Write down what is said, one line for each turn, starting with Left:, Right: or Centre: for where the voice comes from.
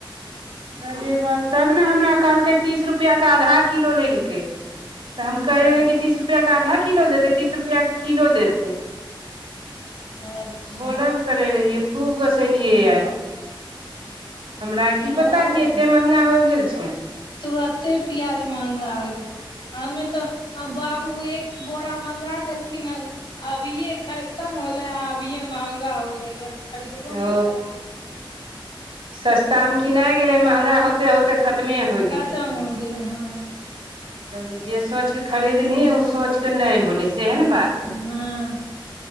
Right: अरे बाप तब ने हमरा कहलकै तीस रुपया के आधा किलो लेलकै। तऽ हम
Left: अच्छा
Right: कहि रहेै कि तीस रुपया क आधा किलो देतै तीस रुपया के किलो देतै।
Left: अच्छा
Right: बोलब क रहियै खूब गुस्सैलियै आइ हमरा
Left: ओ
Right: की
Left: नहि
Right: पता पता की
Left: नहि
Right: एते महंगा होइ गेल छै।
Left: तुरते पियाज महंगा होइ गेलै हम यर त बाबू एक बोड़ा मंगा देलखिन हन अभिये खतम होले आ अभिये महंगा होइ गेलै अब। खरीदबो नहि
Right: ओ
Left: करथिन
Right: सस्ता मे किनाइ गेलै महंगा होते - होते खतमे होइ
Left: खतम
Right: गेलै
Left: हो गेलै हँ
Right: तब जे सोचि के खरीदलीही सोच केऽ नै होलय सेहे ने बात।
Left: हँ